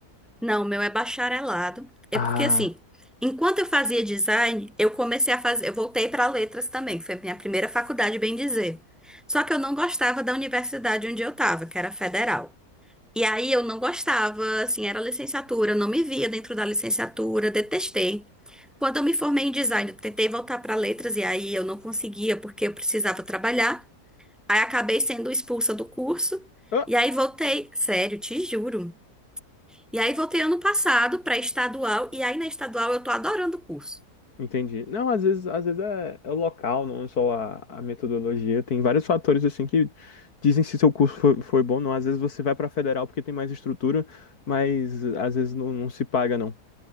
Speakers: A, in the centre; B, on the left.
A: Não, o meu é bacharelado. É
B: Ah.
A: porque assim, enquanto eu fazia design, eu comecei a fazer, eu voltei para letras também, que foi a minha primeira faculdade, bem dizer. Só que eu não gostava da universidade onde eu estava, que era federal. E aí eu não gostava, assim, era licenciatura, eu não me via dentro da licenciatura, detestei. Quando eu me formei em design, eu tentei voltar para letras e aí eu não conseguia porque eu precisava trabalhar. Aí acabei sendo expulsa do curso
B: Ah,
A: e aí voltei, sério, te juro. E aí voltei ano passado para estadual, e aí na estadual eu tô adorando o curso.
B: Entendi. Não, às vezes, às vezes é, é o local, não só a, a metodologia. Tem vários fatores assim que dizem se seu curso foi, foi bom ou não. Às vezes você vai para federal porque tem mais estrutura, mas às vezes não, não se paga, não.